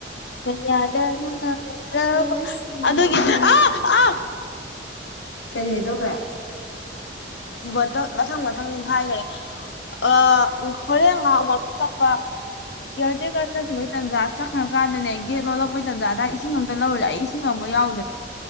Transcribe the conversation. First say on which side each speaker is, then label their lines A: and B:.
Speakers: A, on the left (about 65°); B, on the left (about 85°).
A: <unintelligible>
B: ꯉꯁꯤꯗꯤ ꯀꯔꯤ ꯍꯥꯏꯗꯣꯛꯈ꯭ꯔꯦ
A: ꯕꯣꯇꯜ ꯃꯊꯪ ꯃꯊꯪ ꯅꯤꯡꯈꯥꯏꯈꯔꯦ ꯑ ꯎ ꯍꯣꯔꯦꯟ ꯉꯍꯥꯛ ꯃꯄꯤꯄ ꯀꯦꯌꯔ ꯇꯦꯀꯔ ꯆꯠꯁꯤꯈꯤꯕꯩ ꯇꯥꯟꯖꯥ ꯆꯠꯈ꯭ꯔꯀꯥꯟꯗꯅꯦ ꯒꯠ ꯂꯣꯜꯂꯛꯄꯩ ꯇꯥꯟꯖꯥꯗꯗꯥ ꯏꯁꯤꯡ ꯑꯃꯝꯇ ꯂꯧꯔꯗ ꯑꯩ ꯏꯁꯤꯡ ꯑꯃ ꯌꯥꯎꯦ